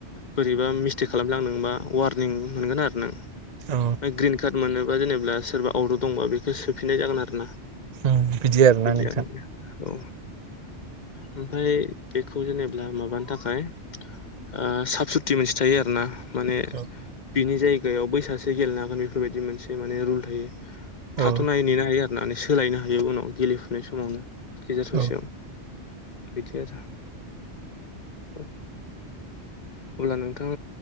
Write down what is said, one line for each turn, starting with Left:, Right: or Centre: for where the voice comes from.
Left: बोरैबा मिसटेक खालामफ्लांदोंबा वारनिं मोनगोन आरो नों। ओमफ्राय
Right: औ औ
Left: ग्रिन काड मोनोबा जेनेब्ला सोरबा आउटआव दंबा बेखौ सोफिननाय जागोन आरोना।
Right: <inaudible>
Left: बिदि
Right: नोंथां
Left: आरोना। औ ओमफाय बेखौ जेनेब्ला माबानो थाखाय ओ साफ सुति मोनसे थायो आरोना। माने
Right: औ
Left: बिनि जायगायाव बै सासे गेलेनो हागोन बेफोरबायदि मोनसे माने रुल थायो। थाथ'नो
Right: औ
Left: हायो, नेनो हायो आरोना, सोलायनो हायो उनाव गेलेफुनाय समावनो। गेजेर ससेयाव
Right: औ
Left: बिदि आरो । अब्ला नोंथां